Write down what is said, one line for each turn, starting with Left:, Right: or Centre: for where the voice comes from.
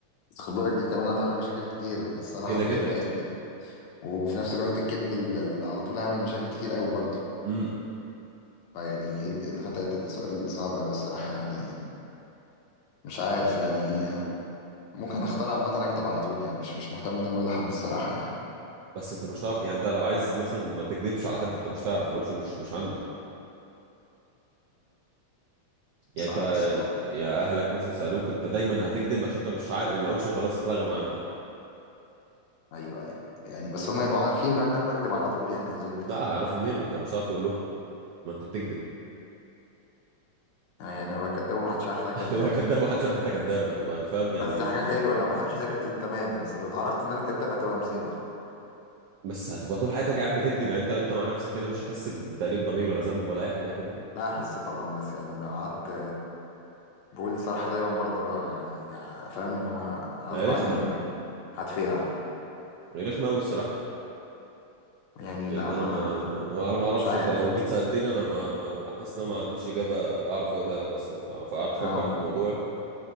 Left: خد بالك دي كمان هتعمل مشاكل كتير الصراحه
Right: كده
Left: الدايت
Right: كده
Left: دي وفي نفس الوقت الكذب ال- اللي على طول هيعمل مشاكل كتير قوي برضه
Right: امم
Left: فيعني ايه ال- الغتاتة دي سؤال صعب قوي الصراحه يعني مش عارف يعني إيه. ممكن اختار عامه اكدب على طول يعني مش مش مهتم ان انا اقول لحد الصراحه يعني
Right: بس انت مش هتعرف يعني انت لو عايز مثلا ما تكذبش على حد انت مش هتعرف الاوبشن مش مش عندك يعني
Left: صعب
Right: انت
Left: الصراحه
Right: يا اهلك مثلا سالوك انت دايما هتكذب عشان انت مش عارف الاوبشن خلاص اتلغى من عندك
Left: ايوه ايوه يعني بس هم يبقوا عارفين بقى ان انا بكدب على طول يعني اظن
Right: لا هيعرفوا منين ما انت مش هتعرف تقول له ما انت بتكذب
Left: يعني يعني انا بكدب ومحدش عارف
Right: <laughs>
Left: ان انا
Right: هتبقى
Left: كداب
Right: كداب محدش عارف انت كداب هتبقى انت فاهم يعني
Left: بس دي حاجه حلوه لو محدش عارف دي تمام بس لو اتعرفت ان انا كداب هتبقى مصيبه
Right: بس هتبقى طول حياتك قاعد بتكذب يعني انت انت مع نفسك كده مش هتحس بتأنيب ضمير ولا ذنب ولا اي حاجه كده
Left: لا احس طبعا بس يعني لو قعدت بقول الصراحه دايما برضو يعني فاهم اللي هو غصب
Right: هي رخمه
Left: عني هتفيع
Right: هي رخمه قوي الصراحه
Left: يعني
Right: يعني
Left: لا ما
Right: انا ما ما- انا ما اعرفش
Left: مش عارف
Right: انت لو جيت سألتني انا ما ما- ما- حاسس ان انا ما عنديش اجابه اعرف اقولها لك اصلا ما- فقعدت
Left: اه
Right: افكر في الموضوع